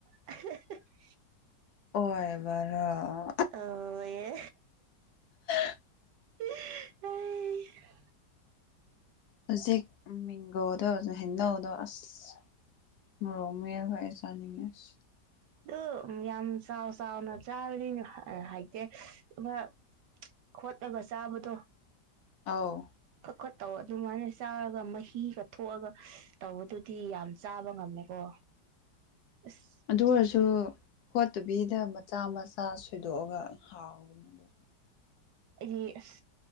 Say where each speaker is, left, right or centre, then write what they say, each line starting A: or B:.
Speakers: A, on the right (about 75°); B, on the left (about 70°).
A: <unintelligible>
B: ꯑꯣꯏꯕꯔꯣ
A: ꯑꯣꯌꯦ
B: <unintelligible>
A: <unintelligible>
B: ꯍꯧꯖꯤꯛ ꯃꯤꯡꯒꯣꯗꯣ ꯍꯩꯅꯧꯗꯣ ꯑꯁ ꯃꯣꯔꯣꯛ ꯃꯦꯠꯂꯒ ꯑꯩꯁ ꯆꯥꯅꯤꯡꯉꯦꯁ
A: ꯑꯗꯨ ꯌꯥꯝ ꯆꯥꯎ ꯆꯥꯎꯅ ꯆꯥꯔꯗꯤ ꯑ ꯍꯩꯇꯦ ꯑꯃ ꯈꯣꯠꯂꯒ ꯆꯥꯕꯗꯣ
B: ꯑꯥꯎ
A: ꯈꯣꯠꯇꯧꯑꯣ ꯑꯗꯨꯃꯥꯏꯅ ꯆꯥꯔꯒ ꯃꯍꯤꯒ ꯊꯣꯛꯑꯒ ꯇꯧꯕꯗꯨꯗꯤ ꯌꯥꯝ ꯆꯥꯕ ꯉꯝꯃꯦꯀꯣ
B: <inaudible>
A: ꯑꯁ
B: ꯑꯗꯨ ꯑꯣꯏꯔꯁꯨ ꯈꯣꯠꯇꯕꯤꯗ ꯃꯆꯥ ꯃꯆꯥ ꯁꯣꯏꯗꯣꯛꯑꯒ ꯍꯥꯎꯕꯅꯦ
A: ꯑꯩ ꯑꯁ